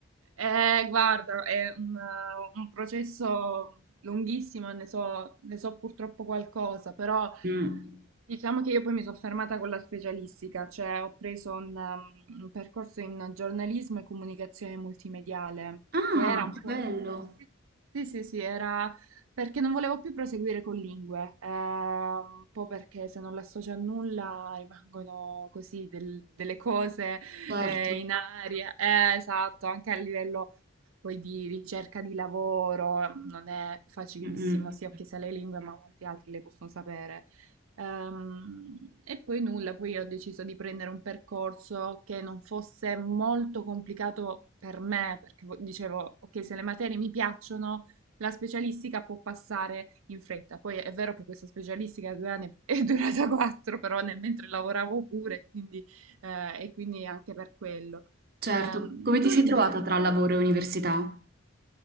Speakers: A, on the right; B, on the right.
A: Eh, guarda, è un, eh, un processo lunghissimo, ne so, ne so purtroppo qualcosa, però
B: Mm.
A: diciamo che io poi mi sono fermata con la specialistica, cioè ho preso un, um, un percorso in giornalismo e comunicazione multimediale,
B: Ah,
A: che era un
B: che
A: po'...
B: bello.
A: Sì, sì, sì, era perché non volevo più proseguire con lingue, eh, un po' perché se non l'associo a nulla rimangono così del- delle cose <laughs>
B: Certo.
A: eh, in aria. Eh, esatto, anche a livello poi di ricerca di lavoro non è facilissimo.
B: Mm-mm.
A: Sì, ok, sa le lingue, ma molti altri le possono sapere. Ehm, e poi nulla, poi ho deciso di prendere un percorso che non fosse molto complicato per me, perché vo- dicevo, ok, se le materie mi piacciono, la specialistica può passare in fretta. Poi è vero che questa specialistica due anni è <laughs> è durata quattro, però nel mentre lavoravo pure, quindi eh, e quindi anche per quello.
B: Certo.
A: Ehm,
B: Come ti
A: tu
B: sei
A: invece?
B: trovata tra lavoro e università?